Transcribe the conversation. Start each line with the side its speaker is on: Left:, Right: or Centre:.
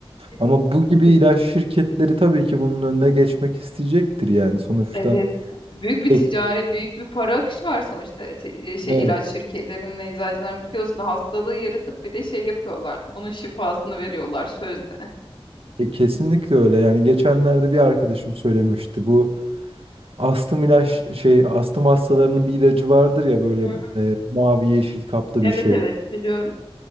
Left: Kesinlikle.
Right: Ama bu gibi ilaç şirketleri tabii ki bunun önüne geçmek isteyecektir yani sonuçta.
Left: Evet. Büyük bir
Right: Evet,
Left: ticari, büyük bir para akışı var sonuçta. Te- e, şey
Right: evet,
Left: ilaç şirketlerinin, eczacıların biliyorsun hastalığı yaratıp bir de şey yapıyorlar. Bunun şifasını veriyorlar sözde.
Right: E, kesinlikle öyle. Yani geçenlerde bir arkadaşım söylemişti. Bu astım ilaç şey astım hastalarının bir ilacı vardır ya böyle
Left: Hı hı.
Right: e, mavi yeşil kapta
Left: Evet
Right: bir şey.
Left: evet biliyorum.